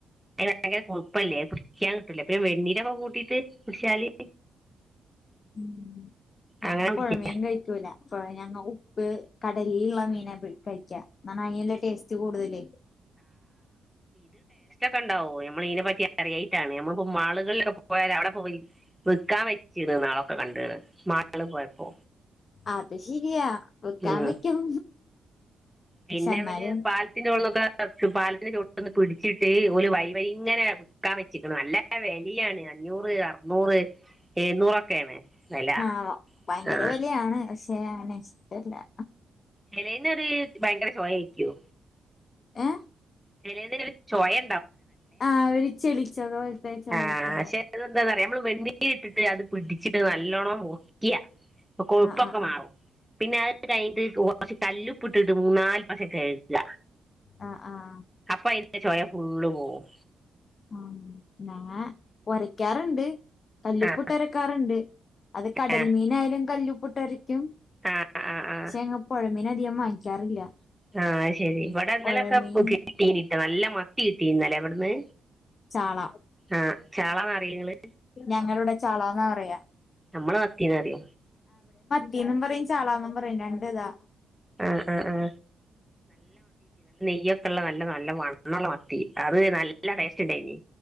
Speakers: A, in the centre; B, on the left.
A: അത് ഭയങ്കര കൊഴുപ്പല്ലേ അത് പിടിക്കാൻ കിട്ടൂല പിന്നെ വെണ്ണീരൊക്കെ കൂട്ടീട്ട് പിടിച്ചാല്
B: ഉം ഞങ്ങ
A: അങ്ങനെ പിടിക്കും
B: പൊഴമീൻ കഴിക്കൂല്ല്യാ അപ്പം ഞങ്ങ ഉപ്പ് കടലിള്ള മീന കഴിക്ക്യാ എന്നാ അയിള്ള ടെസ്റ്റ്‌ കൂടുതാല്
A: ക്കണ്ടാവ നമ്മള് ഇതിനെ പറ്റി അറിയായിട്ടാണ് നമ്മളിപ്പോ മാള്കളിലൊക്കെ പോയാ അവടെ പോയി വിക്കാൻ വെച്ചീണ് ന്നാളൊക്കെ കണ്ട്ണ് മാള്ല് പോയപ്പോ.
B: അത് ശെരിയാ വിക്കാൻ
A: ഉം
B: വെക്കും
A: പിന്നെ
B: പക്ഷെ എന്നാലും
A: അവല് പാലത്തിന്റെ അവിടെന്നെക്കേ പാലത്തിന്റെ ചോട്ടിന്ന് പിടിച്ചിട്ട് ഒല് വൈ വൈയിങ്ങനെ വിൽക്കാൻ വെച്ചിരിക്കുന്നു നല്ലാ വെലയാണ് അ അഞ്ഞൂറ് അറുന്നൂറ് എഴുന്നൂറൊക്കെയാണ് വില
B: ആ ഭയങ്കര
A: ആ
B: വെലയാണ് പശെ ചെയ്യാനാ ഇഷ്ടല്ലാ
A: ചെലേന്നൊര് ഭയങ്കര ചൊയാരിക്കും
B: ഏ
A: ചെലെതിന് ഒര് ചൊയെ
B: ആ ഒരു ചെളിച്ചതു പോലെ
A: ആ
B: പെയെക്കണ്ടാവും
A: പക്ഷെ എന്താന്ന് നമ്മള് വെണ്ണീ ഇട്ടിട്ട് അത് പിടിച്ചിട്ട് നല്ലോണം മുക്കിയ കൊഴുപ്പൊക്കെ
B: ആഹ് ആഹ് ആഹ്
A: മാറും. പിന്നെ അത് കഴിഞ്ഞിട്ട് കൊറച്ച് കല്ലുപ്പ് ഇട്ടിട്ട് മൂന്നാല് പ്രാവശ്യം കഴുകുക
B: ആ ആ ആ
A: ന്ന പൊയ ഫുള്ള് പോകും
B: ആ ഞാൻ ഒരക്കാറുണ്ട് കല്ലുപ്പിട്ട്
A: ആ
B: ഒരക്കാറുണ്ട് അത് കടൽമീനായാലും
A: ആ
B: കല്ലു പിട്ടുരക്കും
A: ആ ആ ആ
B: പക്ഷെ ഞങ്ങ പുഴമീൻ അധികം വാങ്ങിക്കാറില്ല.
A: ആ ശരി ഇവിടെന്നാലൊക്കെ
B: പുഴമീൻ
A: കിട്ടീ നി നല്ല മത്തി കിട്ടീന്നല്ലേ ഇവിടുന്ന്
B: ചാള
A: ആഹ് ചാളാന്ന് അറിയോ നിങ്ങള്
B: ഞങ്ങളുടെ ചാളന്നാ പറയാ
A: നമ്മള് മത്തിന്ന പറ്യ
B: ത്തീന്നും പറയും ചാളാന്നും പറയും രണ്ടു ഇതാ.
A: ആഹ് ആഹ് ആഹ് യ്യൊക്കെള്ള നല്ല നല്ല വണ്ണള്ള മത്തി അത് നല്ല നല്ല ടേസ്റ്റ് ണ്ടയ്നി